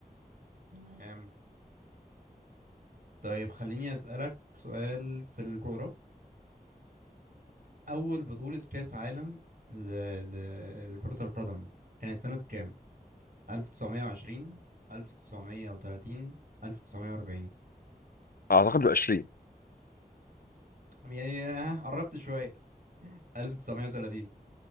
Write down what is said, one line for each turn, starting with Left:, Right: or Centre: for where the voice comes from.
Right: تمام طيب خليني أسألك سؤال في الكورة أول بطولة كأس عالم ل... ل... لكرة القدم كانت سنة كام؟ 1920 1930 1940
Left: أعتقد ب 20
Right: يعني ها قربت شوية 1930